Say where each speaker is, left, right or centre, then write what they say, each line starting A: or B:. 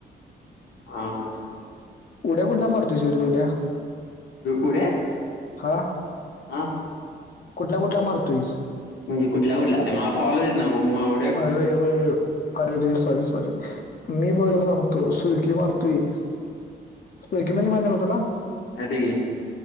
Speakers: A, on the left; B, on the left.
A: हा हा
B: उड्या कुठल्या मारतोय स विहिरीत उड्या?
A: उढ्या
B: हा
A: हा
B: कुठल्या कुठल्या मारतोईस?
A: म्हणजे कुठल्या कुठल्या तर मला पोहायला येत नाही भाव-
B: अरे होय अरेरे सॉरी सॉरी मी बघ, तुला सांगतो सुळकी मारतोय सुळकी म्हणजे माहिती आहे ना तुला.
A: माहिती की